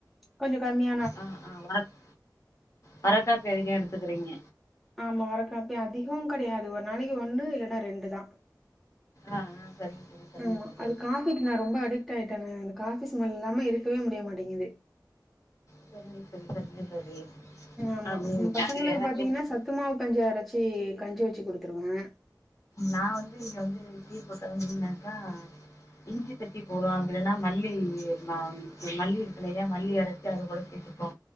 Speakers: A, in the centre; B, on the left.
A: கொஞ்சோ கம்மியா
B: ஆ ஆ வரக் வரக்காஃபி அது ஏ எடுத்துக்கிறீங்க
A: ஆமா வரகாஃபி அதிகவு கெடையாது ஒரு நாளைக்கு ஒன்னு இல்லன்னா ரெண்டு தா
B: ஆ ஆ சரிங்க தோழி சரிங்க
A: ஆமா
B: தோழி
A: அது காஃபிக்கு நா ரொம்ப அடிக்ட் ஆயிட்டேங்க இந்த காஃபி ஸ்மெல் இல்லாம இருக்கவே முடியமாட்டேங்குது
B: சரிங்க தோழி சரிங்க தோழி
A: ஆமா
B: அது
A: ம் பசங்களுக்கு
B: எனக்கு
A: பாத்தீங்கன்னா
B: என்னன்
A: சத்துமாவு கஞ்சி அரைச்சி கஞ்சி வச்சு குடுத்துருவே
B: நா வந்து இங்க வந்து டீ போட்டே அப்டின்னாக்கா இஞ்சி தட்டி போடுவா இல்லன்னா மல்லி ம மல்லி இருக்குஇல்லையா மல்லி அரைச்சி அது கூட‌ சேத்துப்போ